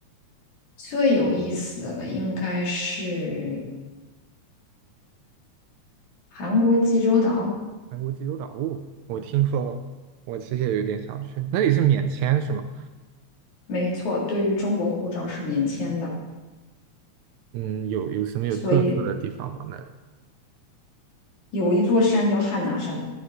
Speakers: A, on the left; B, on the right.
A: 最有意思的应该是韩国济州岛，
B: 韩国济州岛，哦，我听说了，我其实也有点想去。那里是免签是吗？
A: 没错，对于中国护照是免签的，
B: 嗯，有有什么有特色的地方吗？
A: 所以
B: 那里？
A: 有一座山叫汉拿山，